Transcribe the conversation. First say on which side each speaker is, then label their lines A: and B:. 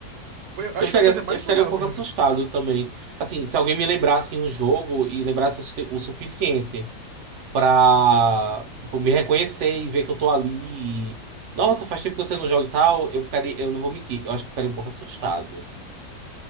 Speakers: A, on the right; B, on the right.
A: Foi, acho
B: Eu ficaria,
A: que foi a coisa mais
B: eu ficaria
A: surreal
B: um pouco
A: que eu já
B: assustado
A: vi.
B: também. Assim, se alguém me lembrasse um jogo e lembrasse o, su- o suficiente. pra, tipo, me reconhecer e ver que eu tô ali. E, Nossa, faz tempo que você não joga e tal. Eu ficaria, eu não vou mentir, eu acho que eu ficaria um pouco assustado.